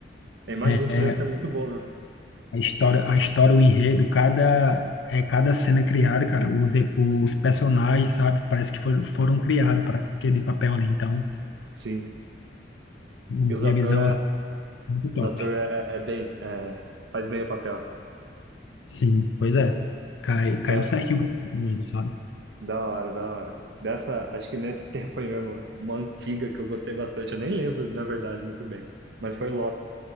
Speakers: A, on the right; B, on the left.
A: eu imagino
B: É,
A: que deve ser muito bom mesmo.
B: a história, a história, o enredo, cada, é, cada cena criada, cara, os, e- os personagens, sabe? Parece que foram, foram criados para aquele papel ali. Então,
A: Sim,
B: na
A: e os
B: minha
A: atores
B: visão, é
A: é,
B: muito top.
A: os ator é, é- é bem, é, faz bem o papel.
B: Sim, pois é. Cai, caiu
A: Dessa,
B: certinho com ele, sabe?
A: da hora, da hora. Dessa, acho que nesse <laughs> tempo aí mesmo, uma antiga que eu gostei bastante, eu nem lembro, na verdade, muito bem. Mas foi Lost.